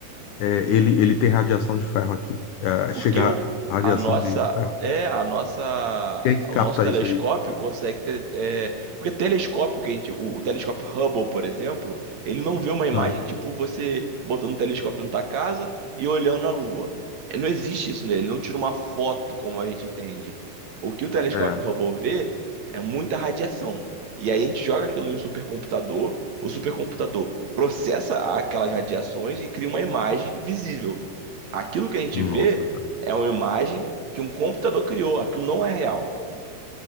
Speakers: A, on the left (about 80°); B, on the right (about 55°).
A: é, ele, ele tem radiação de ferro aqui. É,
B: Porque
A: chega
B: o,
A: a radiação
B: a nossa
A: dele de ferro.
B: é a nossa
A: Quem é que
B: o
A: capta
B: nosso telescópio
A: isso aí?
B: consegue ter, é, porque telescópio que a gente o, o telescópio Hubble, por exemplo, ele não vê uma imagem
A: Ah,
B: tipo você botando um telescópio na tua casa e olhando a Lua. É, Não existe isso nele, ele não tira uma foto como a gente entende. O que o telescópio
A: é.
B: Hubble vê é muita radiação. E aí a gente joga aquilo em um supercomputador, o supercomputador processa aquelas radiações e cria uma imagem visível. Aquilo que a gente
A: Nossa,
B: vê
A: cara.
B: é uma imagem que um computador criou. Aquilo não é real.